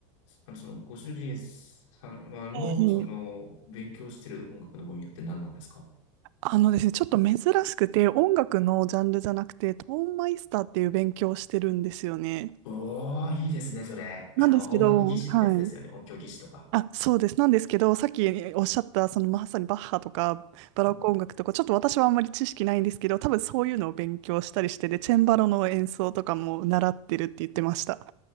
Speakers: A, on the left; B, on the right.
A: あの、その、ご主人様の、
B: ええ
A: その、勉強してる音楽の分野って何なんですか
B: あのですね、ちょっと珍しくて、音楽のジャンルじゃなくて、トーンマイスターっていう勉強をしてるんですよね。
A: おー、いいですね、それ。あの、
B: なんですけど、
A: 音楽技師ってやつですよね。
B: はい。
A: 音響技師とか。
B: あ、そうです。なんですけど、さっきおっしゃった、そのまさにバッハとかバロック音楽とか、
A: うん、
B: ちょっと私はあんまり知識ないんですけど、多分そういうのを勉強したりして、で、チェンバロの演奏とかも習ってるって言ってました。